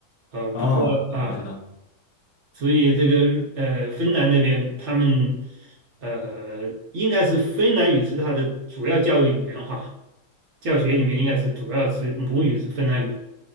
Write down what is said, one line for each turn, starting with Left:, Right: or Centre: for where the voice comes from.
Right: 呃不知道啊。
Left: 哦，我知道，
Right: 所以这个呃，芬兰那边他们呃，应该是芬兰语是他的主要教育语言哈，教学里面应该是主要是母语是芬兰语